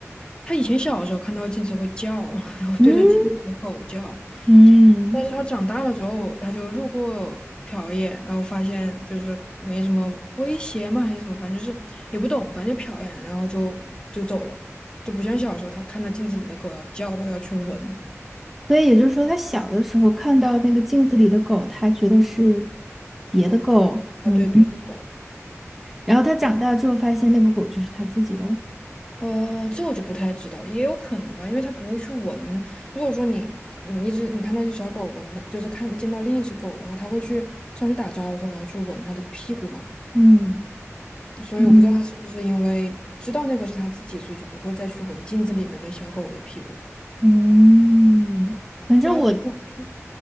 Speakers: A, on the left (about 20°); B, in the centre.
A: 它以前小的时候看到镜子会叫，<laughs> 然后对着镜子的狗叫，
B: 嗯嗯。
A: 但是它长大了之后，它就路过瞟一眼，然后发现就是没什么威胁嘛，还是什么，反正就是也不懂，反正就瞟一眼，然后就就走了，就不像小时候它看到镜子里的狗要叫或要去闻，
B: 所以也就是说，他小的时候看到那个镜子里的狗，他觉得是别的狗，
A: 要对别的狗。
B: 嗯，然后他长大之后发现那个狗就是他自己喽，
A: 呃，这我就不太知道了，也有可能吧，因为它不会去闻。如果说你你一只你看到一只小狗闻的，就是看见到另一只狗的话，它会去上去打招呼，然后去闻它的屁股嘛。
B: 嗯
A: 所以我不知道它是不是因为知道那个是它自己，
B: 嗯
A: 所以就不会再去闻镜子里面的小狗的屁股，
B: 嗯，反正我，
A: 就还挺有趣。